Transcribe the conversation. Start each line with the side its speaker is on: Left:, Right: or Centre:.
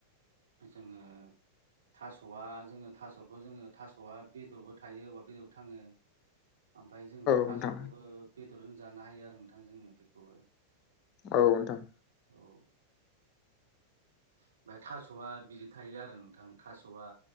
Right: जोङो थास'आ जोङो थास'खौ जोङो थास'आ बेदरबो थायो अबा बेदर थाङो ओमफ्राय जों बे थास'खौबो
Left: नोंथां
Right: बेदरजों जानो हायो आरो नोंथां जोङो बेखौबो।
Left: औ नोंथां।
Right: औ ओमफाय थास'आ बिदि थायो आरो नोंथां थास'आ।